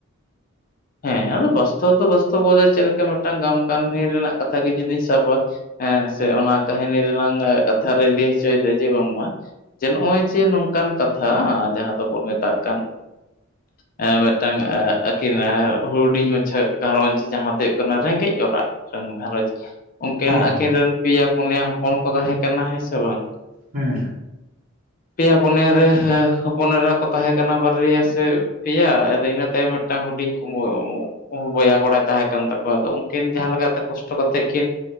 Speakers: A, on the left; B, on the right.
A: ᱦᱮᱸ ᱟᱫᱚ ᱵᱟᱥᱛᱚᱵ ᱫᱚ ᱵᱟᱥᱛᱚᱵ ᱵᱚᱞ ᱪᱮᱫ ᱞᱮᱠᱟ ᱢᱤᱫᱴᱟᱝ ᱜᱟᱢ ᱠᱟᱹᱱᱦᱤ ᱨᱮᱱᱟᱜ ᱠᱟᱛᱷᱟ ᱜᱮ ᱡᱩᱫᱤᱧ ᱥᱟᱵᱟᱼᱟ᱾ ᱦᱮᱸ ᱥᱮ ᱚᱱᱟ ᱠᱟᱹᱦᱤᱱᱤ ᱨᱮ ᱨᱮᱱᱟᱝ ᱠᱟᱛᱷᱟ ᱨᱮᱭ ᱞᱟᱹᱭ ᱦᱚᱪᱚᱭᱮᱫᱟ ᱡᱮ ᱵᱟᱝᱢᱟ ᱡᱮ ᱱᱚᱜᱼᱚᱭ ᱡᱮ ᱱᱚᱝᱠᱟᱱ ᱠᱟᱛᱷᱟ ᱡᱟᱦᱟᱸ ᱫᱚᱵᱚᱱ ᱢᱮᱛᱟᱜ ᱠᱟᱱ ᱦᱮᱸ ᱢᱤᱫᱴᱟᱝ ᱟᱠᱤᱱ ᱦᱩᱰᱤᱧ ᱢᱟᱪᱷᱷᱟ ᱜᱷᱟᱨᱚᱧᱡᱽ ᱡᱟᱦᱟᱸ ᱫᱚ ᱦᱩᱭᱩᱜ ᱠᱟᱱᱟ ᱨᱮᱸᱜᱮᱡ ᱚᱨᱟᱜ ᱜᱷᱟᱨᱚᱸᱧᱡᱽ ᱩᱱᱠᱤᱱ
B: ᱦᱮᱸ
A: ᱟᱹᱠᱤᱱ
B: ᱦᱮᱸ
A: ᱨᱮᱱ ᱯᱮᱭᱟ ᱯᱩᱱᱭᱟ ᱦᱚᱯᱚᱱ ᱠᱚ ᱛᱟᱦᱮᱸ ᱠᱟᱱᱟ ᱦᱮᱸ ᱥᱮ ᱵᱟᱝ
B: ᱦᱩᱸ
A: ᱯᱮᱭᱟ ᱯᱩᱱᱭᱟ ᱨᱮ ᱦᱚᱯᱚᱱ ᱮᱨᱟ ᱠᱚ ᱛᱟᱦᱮᱸ ᱠᱟᱱᱟ, ᱵᱟᱨᱭᱟ ᱥᱮ ᱯᱮᱭᱟ ᱟᱫᱚ ᱤᱱᱟᱹ ᱛᱟᱭᱚᱢ ᱢᱤᱫᱴᱟᱝ ᱦᱩᱰᱤᱧ <inaudible> ᱦᱩ ᱵᱚᱭᱦᱟ ᱠᱚᱲᱟᱭ ᱛᱟᱦᱮᱸ ᱠᱟᱱ ᱛᱟᱠᱚᱣᱟ ᱟᱫᱚ, ᱩᱱᱠᱤᱱ ᱡᱟᱦᱟᱸ ᱞᱮᱠᱟᱛᱮ ᱠᱚᱥᱴᱚ ᱠᱟ ᱠᱟᱛᱮᱫ ᱠᱤᱱ